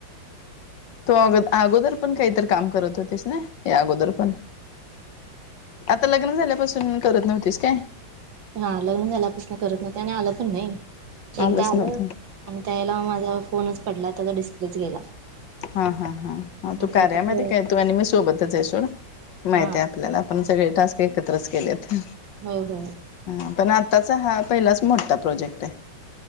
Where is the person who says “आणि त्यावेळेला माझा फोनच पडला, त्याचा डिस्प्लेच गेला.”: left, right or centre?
Right